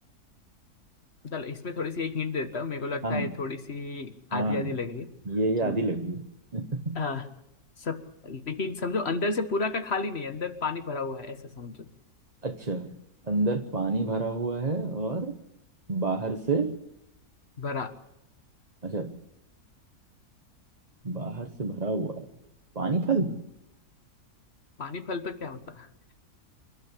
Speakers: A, on the left; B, on the right.
A: चलो इसमें थोड़ी सी एक हिंट देता हूँ मेरे को लगता
B: हाँ
A: है थोड़ी सी
B: हाँ
A: आधी आधी लग रही है
B: ये ये
A: चलो
B: आधी लग रही है <laughs>
A: आ, सब लेकिन समझो अंदर से पूरा का खाली नहीं है, अंदर पानी भरा हुआ है ऐसा समझो
B: अच्छा अंदर पानी भरा हुआ है और बाहर से
A: भरा
B: अच्छा बाहर से भरा हुआ है पानी फल
A: हम्म, पानी फल तो क्या होता है?